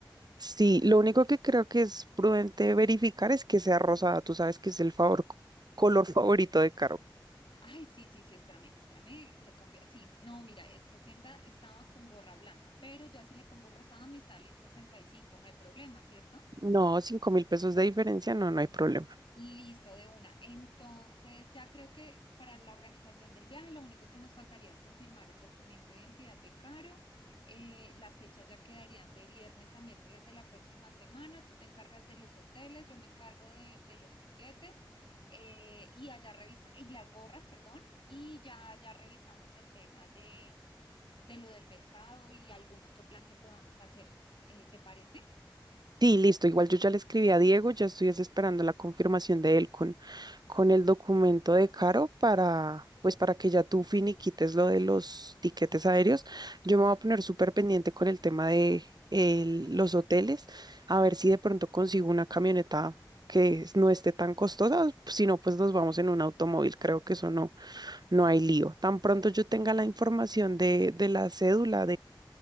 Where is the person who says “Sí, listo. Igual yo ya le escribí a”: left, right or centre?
Right